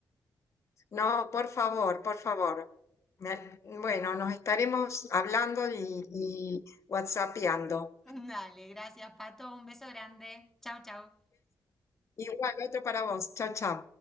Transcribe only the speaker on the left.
No, por favor, por favor. Me al- Bueno, nos estaremos hablando y, y whatsappeando.
Igual, otro para vos. Chao, chao.